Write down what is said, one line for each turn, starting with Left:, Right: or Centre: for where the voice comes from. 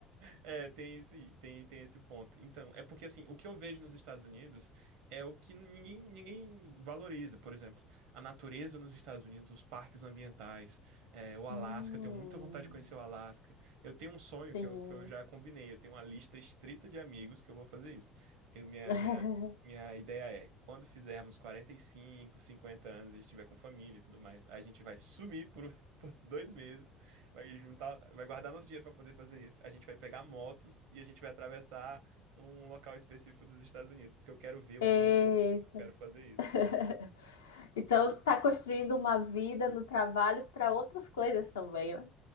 Right: É, tem esse, tem, tem esse ponto. Então, é porque assim, o que eu vejo nos Estados Unidos é o que ninguém, ninguém valoriza. Por exemplo, a natureza nos Estados Unidos, os parques ambientais, é, o Alasca.
Left: Hum,
Right: eu Tenho muita vontade de conhecer o Alasca. Eu tenho um sonho
Left: sim.
Right: que eu, que eu já combinei. Eu tenho uma lista estrita de amigos que eu vou fazer isso. Eu, minha,
Left: <laughs>
Right: minha, minha ideia é, quando fizermos 45 50 anos, a gente tiver com família e tudo mais, a gente vai sumir por, <laughs> por dois meses Vai juntar, vai guardar nosso dinheiro para poder fazer isso. A gente vai pegar motos e a gente vai atravessar um local específico dos Estados Unidos, porque eu quero ver os
Left: Eita.
Right: búfalos. Eu quero fazer isso,
Left: <laughs>
Right: entende?
Left: Então tá construindo uma vida no trabalho para outras coisas também, né?